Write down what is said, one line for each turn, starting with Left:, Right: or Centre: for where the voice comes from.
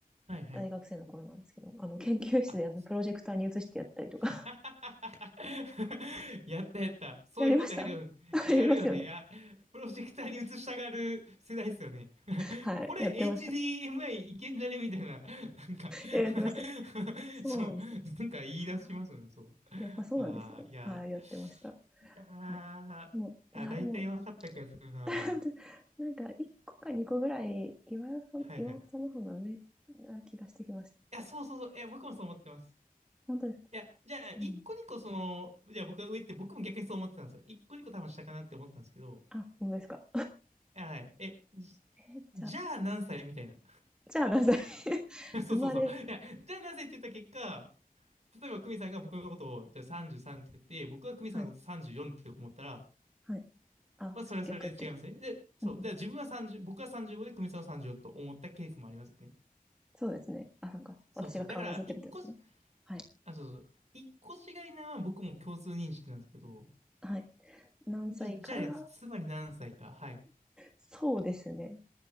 Right: はいはい。
Centre: 大学生の頃なんですけど、あの、研究室であの、
Right: あ、
Centre: プロジェクターに移してやったりとか
Right: <laughs> やったやった。そういうことやるよ、
Centre: やりました <laughs>
Right: やるよね。
Centre: やりますよね。
Right: いや、プロジェクターに映したがる世代ですよね。<laughs>
Centre: はい。
Right: これ
Centre: やってました。
Right: HDMI いけんじゃねみたいな。なんか
Centre: いや、やってました
Right: <laughs>
Centre: そうなんですよ。
Right: そう。なんか言い出しますよね、
Centre: はあ
Right: そう。
Centre: やっぱそうなんですね。
Right: ああ、いや、
Centre: はい。あやってました。
Right: いやー、
Centre: はい。でも、
Right: あ、
Centre: いや、
Right: 大体分かった気がするな、
Centre: でも、<laughs>
Right: でも。
Centre: なんか、1個か2個ぐらい、岩尾さん、
Right: はいはい。
Centre: 岩尾さんの方が上な気がしてきました。
Right: いや、そうそうそう。いや、僕もそう思ってます。
Centre: 本当ですか
Right: いや、じゃあ、一個二個その、
Centre: うん。
Right: じゃあ僕が上って僕も逆にそう思ってたんですよ。一個二個多分下かなって思ったんですけど、
Centre: あ、本当ですか。
Right: はい。え、じ、
Centre: えーじゃあ、
Right: じゃあ何歳みたいな。
Centre: じゃあ何歳 <laughs>
Right: <laughs> そうそうそう。
Centre: 生まれ、
Right: いや、じゃあ何歳って言った結果、例えば久美さんが僕のことをじゃあ33って言って、僕が久美さんのこと34って思ったら、
Centre: はい、はい。あ、
Right: まあそれはそれで違いますね。
Centre: 逆って。
Right: で、そう。
Centre: うん。
Right: じゃあ自分は30、僕は35で久美さんは34と思ったケースもありますよね。
Centre: そうですね。あ、そっか。
Right: そうそう。
Centre: 私が変わらずってことですね。
Right: だから、一個し、
Centre: はい。
Right: あ、そうそう。一個違いなのは僕も共通認識なんですけど、
Centre: はい。何歳から、
Right: じゃ、じゃあ、つまり何歳か。はい。
Centre: そうですね。